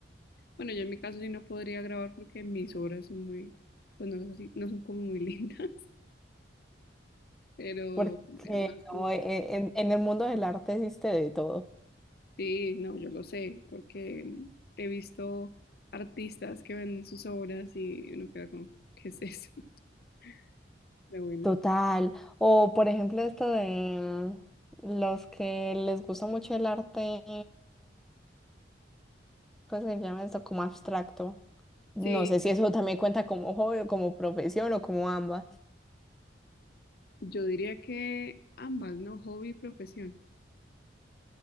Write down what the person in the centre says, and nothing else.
porque
no, e- e, en en el mundo del arte existe de todo.
Total. O por ejemplo esto de los que les gusta mucho el arte, ¿cómo se llama esto? Como abstracto. No
sé si eso también cuenta como hobby o como profesión o como ambas.